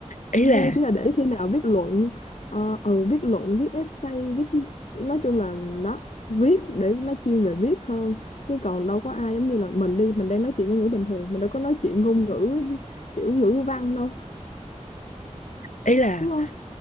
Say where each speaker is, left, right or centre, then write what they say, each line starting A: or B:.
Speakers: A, on the left; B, on the left.
A: ý là
B: chỉ là để khi nào viết luận ờ, ừ viết luận viết essay viết nói chung là đó viết để nó chuyên về viết hơn chứ còn đâu có ai giống như là mình đi mình đang nói chuyện ngôn ngữ bình thường mình đâu có nói chuyện ngôn ngữ kiểu ngữ văn đâu
A: ý là
B: đúng không